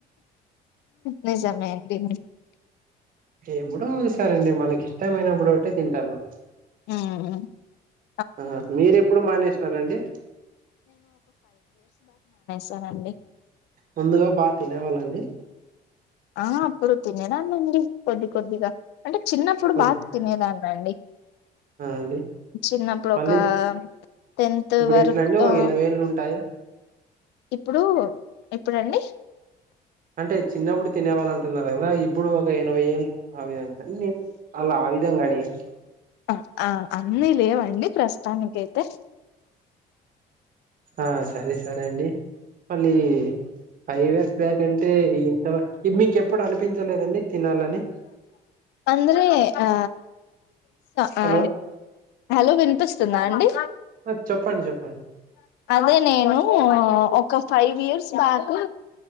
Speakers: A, on the left; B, on the right.
A: నిజామే అండి
B: ఎప్పుడుో ఒకసారండి మనకి ఇష్టమైనప్పుడు ఒకటే తింటాము
A: ఆ
B: ఆ మీర ఎప్పుడు మానేసినారండి
A: తింటానండి
B: ముందుగా బాగా తినేవాళ్ళండి
A: ఆ అప్పుడు తినేదాన్నండి కొద్ది కొద్దిగా అంటే చిన్నప్పుడు
B: ఆ
A: బాగా తినేదాన్న అండి
B: అండి
A: చిన్నప్పుడు
B: మళ్ళీ
A: ఒక టెన్త్
B: ఇప్పుడు
A: వర్క్
B: ఎట్లా అండి ఒక
A: ఆ
B: ఎనభై ఏళ్ళు ఉంటాయా
A: ఇప్పుడు ఇప్పుడుండి
B: అంటే చిన్నప్పుడు తినే వాళ అంటున్నారు కదా ఇప్పుడు ఒక ఎనభై ఏళ్ళు ఆ విధంగా నను అలా ఆ విధంగా అడిగానండీ
A: ఆ ఆ అన్నీ లేవండి ప్రస్తుతానిక అైతే
B: ఆ సరే సరే అండి మళ్ళీ ఫైవ్ ఇయర్స్ బ్యాక్ అంటే ఇంత వారికి మీకు ఎప్పుడు అనిపించలేదండి. తినాలని
A: అంద్రే ఆ హా
B: హలో
A: హలో వినిపిస్తుందా అండి
B: ఆ చెప్పండి చెప్పండి
A: అదే నేను ఒక ఫైవ్ ఇయర్స్ బాకు